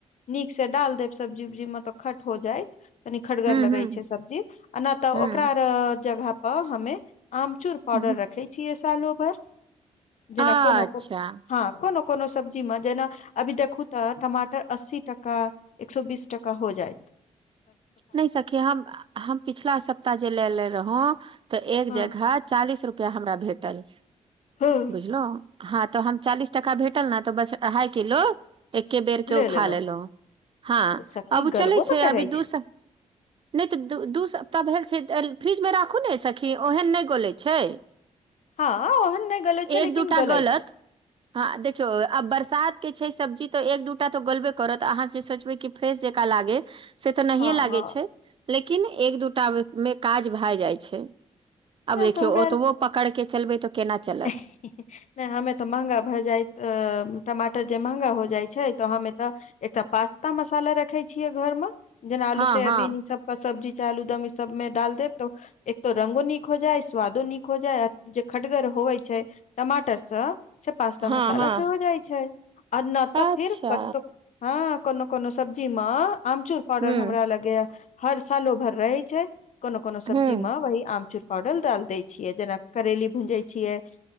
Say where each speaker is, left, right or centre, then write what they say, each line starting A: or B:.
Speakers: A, on the left; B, on the right.
A: नीक से डाल देब सब्जी उब्जी मे त खट हो जायत तनी खड़गर
B: हूँ
A: लगे छै सब्जी आ नहि तऽ
B: हूँ
A: ओकरा जगह पर हमे आमचूर पाउडर
B: हूँ
A: रखे छियै सालो भरि जेना
B: अच्छा
A: कोनो को हँ कोनो कोनो सब्जी मे जेना अभी देखूँ त टमाटर अस्सी टका एक सए बीस टाका हो जायइत
B: नहि सखी हम हम पिछला सप्ताह जे लेे रहौ तऽ एक
A: हँ
B: जगह चालीस रुपआ हमरा भेटल
A: हँ
B: बुझलहु हँ तऽ हम चालीस टाका भेटल ने तऽ बस अढ़ाई किलो एके बेर
A: ले
B: के उठा
A: लेलो
B: लेलहुँ हँ
A: तऽ सखी
B: अब ओ
A: गलबो
B: चलै छै
A: तऽ करै
B: अभी दू सप्ताह नहि तऽ दू दू सप्ताह भेल छै फ्रिजमे राखू ने सखी ओहन नहि गोलै छै
A: हँ ओहन नहि गलै छै
B: एक
A: लेकिन
B: दूटा
A: गलै
B: गलत
A: छै
B: हँ देखियौ अब बरसात के छै सब्जी तऽ एक दूटा तऽ गोलबे करत अहाँ जे सोचबे क फ्रेश जका लागे से तऽ नहिये
A: हँ
B: लागे
A: हँ
B: लेकिन एक दूटा मे काज भए जाइ छै आब
A: तऽ
B: देखियौ
A: हमरा
B: ओतबो
A: आर
B: पकड़के चलबै तऽ केना चलत
A: नहि हमे तऽ महंगा भए जाइत तऽ टमाटर जे महँगा हो जाइ छै तऽ हम एतऽ एकटा पास्ता मसाला रखे छियै घर मे जेना आलू
B: हँ
A: सेयाबीन
B: हँ
A: ई सब ओ सब्जी चालू आलूदम ई सबमे डाल देब त एक तो रंगो नीक हो जाए स्वादो नीक हो जाए जे खटगर हो होवै छै टमाटर से से पास्ता
B: हँ
A: मसाला
B: हँ
A: से हो जाइ छै आ न त
B: अच्छा
A: फिर कतहु ह कोनो कोनो सब्जी मे आमचूर पाउडर
B: हूँ
A: हमरा लगे या हर सालो भर रहे छै कोनो कोनो सब्जी
B: हूँ
A: में वही आम चुर पाउडर डाल देय छीिये जेना करेली भूंजई छियै